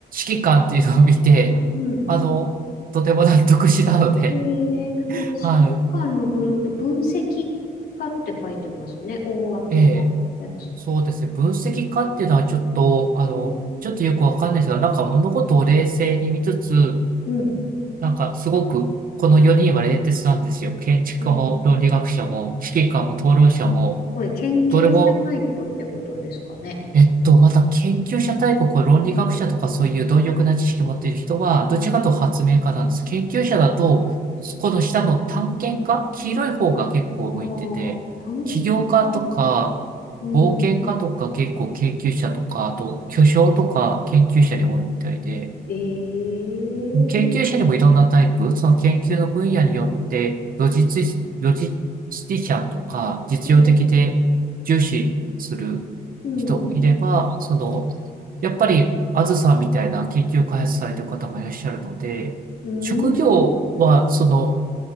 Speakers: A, on the right; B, on the left.
A: 指揮官っていうのを見て、
B: あうん。
A: あの、とても納得したので、
B: ええこの指揮官のグループ、
A: <laughs> はい。
B: 分析家って書いてますね。大枠のやつ。
A: ええそうですね。分析家っていうのはちょっと、あの、
B: うん。
A: ちょっとよくわかんないですけど、なんか物事を冷静に見つつ、
B: うん。
A: なんかすごく、この4人は冷徹なんですよ。建築家も論理学者も、
B: うん
A: 指揮官も討論者も、
B: すごい、研究者タイプってことですかね。
A: どれもえっと、また研究者タイプ、こう論理学者とかそういう貪欲な知識を持っている人は、
B: うん。
A: どっちかというと発明家なんです。研究者だと、この下の探検家、黄色い方が結構向いてて、
B: ああ、探検家。
A: 起業家とか、
B: うん。
A: 冒険家とか結構研究者とか、あと巨匠とか研究者に多いみたいで、
B: ええ
A: 研究者にもいろんなタイプ、その研究の分野によって、ロジスティ、ロジスティシャンとか、実用的で重視する
B: うん。うん。
A: 人もいれば、その、やっぱり、あずさんみたいな研究開発されてる方もいらっしゃるので、
B: うん。
A: 職業は、
B: うん。
A: その、